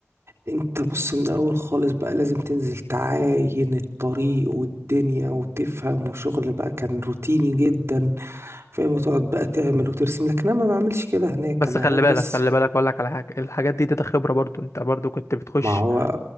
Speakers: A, on the right (about 65°); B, on the left (about 80°).
A: انت بص من الاول خالص بقى لازم تنزل تعاين الطريق والدنيا وتفهم وشغل بقى كان روتيني جدا فاهم وتقعد بقى تعمل وترسم لكن انا ما بعملش كده هناك
B: بس
A: انا
B: خلي
A: هناك بس
B: بالك خلي بالك اقولك على حاجة الحاجات دي تاتا خبرة برضو انت برضو كنت بتخش
A: ما هو